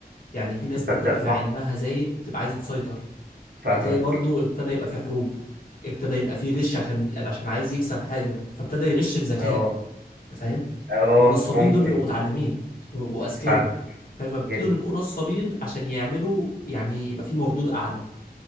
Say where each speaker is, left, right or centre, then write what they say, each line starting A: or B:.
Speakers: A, on the left; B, on the right.
A: يعني في ناس
B: بس تصدق
A: من كتر
B: صح
A: ما علمها زايد تبقى عايزة تسيطر
B: فاهمك
A: فتلاقي برضو ابتدى يبقى في حروب ابتدى يبقى في غش عشان عشان عايز يكسب حاجة فابتدى يغش بذكاء
B: اه
A: أنت فاهم؟
B: اه
A: ما النصابين
B: ممكن
A: دول بيبقوا متعلمين وبيبقوا أذكياء
B: فاهمك
A: فبيبتدوا
B: جدا
A: يبقوا نصابين عشان يعملوا يعني يبقى في مردود أعلى